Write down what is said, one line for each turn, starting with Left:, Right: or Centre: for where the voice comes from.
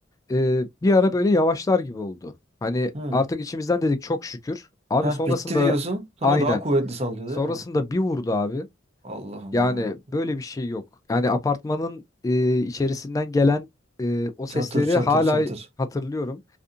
Left: e, bir ara böyle yavaşlar gibi oldu. Hani
Right: Hı.
Left: artık içimizden dedik çok şükür. Abi
Right: Heh
Left: sonrasında
Right: bitti diyorsun sonra
Left: aynen.
Right: daha kuvvetli sallıyor
Left: Sonrasında
Right: değil mi?
Left: bir vurdu abi.
Right: Allah'ım
Left: Yani
Right: ya.
Left: böyle bir şey yok. Yani apartmanın e, içerisinden gelen e, o sesleri
Right: Çatır çatır
Left: hala
Right: çatır.
Left: hatırlıyorum.